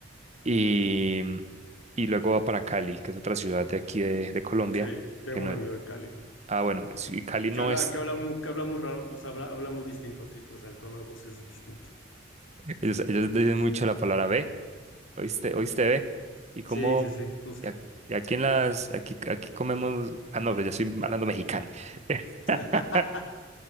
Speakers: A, on the right (about 35°); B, on the left (about 85°).
A: y, y luego va para Cali, que es otra ciudad de aquí de, de Colombia,
B: sí, tengo
A: que no,
B: un amigo de Cali
A: ah, bueno, sí, Cali
B: que
A: no
B: habla,
A: es,
B: que habla muy, que habla muy raro, o sea, habla, habla muy distinto a ti, o sea, el tono de voz es distinto.
A: ellos, ellos dicen mucho la palabra B, ¿oíste? ¿Oíste B? Y como,
B: Sí, sí, sí, justo.
A: y ac- y aquí en las, aquí, aquí comemos, ah, no, pero yo soy hablando mexicano. <laughs>
B: <laughs>